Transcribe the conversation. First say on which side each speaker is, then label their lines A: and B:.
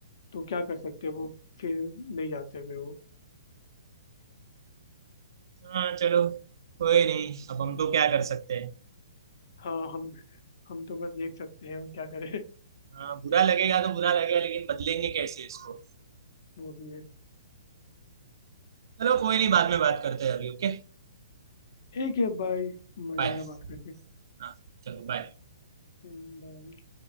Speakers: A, on the left (about 60°); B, on the right (about 65°).
A: तो क्या कर सकते हैं वो फिर नहीं जाते फिर वो
B: हाँ चलो कोई नहीं अब हम तो क्या कर सकते हैं
A: हाँ हम हम तो बस देख सकते हैं और क्या करें
B: हाँ बुरा लगेगा तो बुरा लगेगा लेकिन बदलेंगे कैसे इसको
A: <laughs> वो भी है
B: चलो कोई नहीं बाद में बात करते हैं अभी ओके
A: ठीक है बाय मजा
B: बाय
A: आया बात करके
B: हाँ चलो बाय
A: बाय